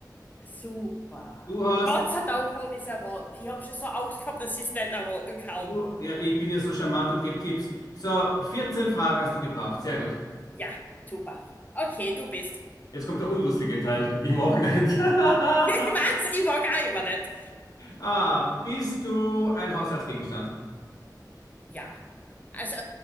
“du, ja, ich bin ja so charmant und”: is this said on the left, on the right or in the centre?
Left